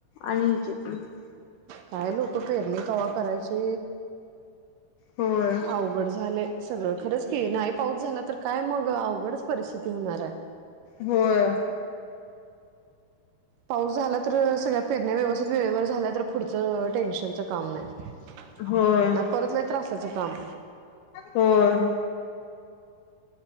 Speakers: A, on the left (about 75°); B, on the right (about 75°).
A: आणिनज <unintelligible>
B: काय लोक पेरणी कवा करायची?
A: होय
B: अवघड झालंय. सगळं खरंच की नाही पाऊस झाला तर काय मग? अवघडच परिस्थिती होणार आहे.
A: होय.
B: पाऊस झाला तर सगळ्या पेरण्या व्यवस्थित वेळेवर झाल्या तर पुढचं. टेन्शनचं काम नाही,
A: होय
B: अन परत असा असाय. काम.
A: होय.